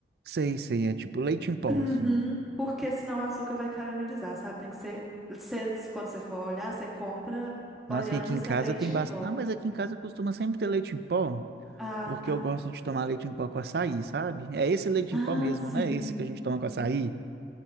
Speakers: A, on the right; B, in the centre.
A: Sei, sei, é tipo leite em pó,
B: Uhum.
A: assim.
B: Porque senão o açúcar vai caramelizar, sabe? Tem que ser, você- quando você for olhar, você compra
A: Nossa,
B: olhando
A: e aqui em
B: se
A: casa
B: é leite
A: tem bastante.
B: em pó.
A: Não, mas aqui em casa costuma sempre ter leite em pó,
B: Ah,
A: porque
B: tá.
A: eu gosto de tomar leite em pó com açaí, sabe? É esse leite
B: Ah,
A: em pó mesmo,
B: sim.
A: né? Esse que a gente toma com açaí.